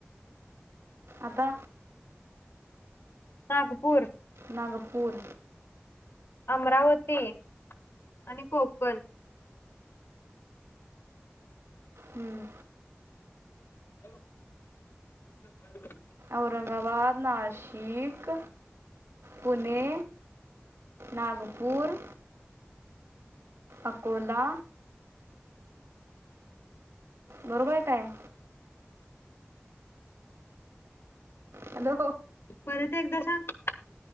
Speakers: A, on the right; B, on the left.
A: आता
B: नागपूर
A: नागपूर
B: अमरावती आणि कोकण
A: हम्म
B: <unintelligible>
A: औरंगाबाद नाशिक पुणे नागपूर अकोला बरोबर काय हॅलो
B: परत एकदा सांग